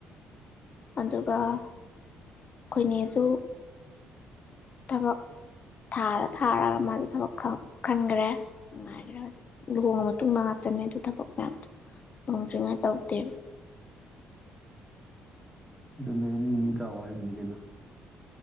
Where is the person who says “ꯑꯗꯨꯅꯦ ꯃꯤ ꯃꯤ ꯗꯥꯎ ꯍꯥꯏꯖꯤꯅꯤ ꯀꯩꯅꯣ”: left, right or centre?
Centre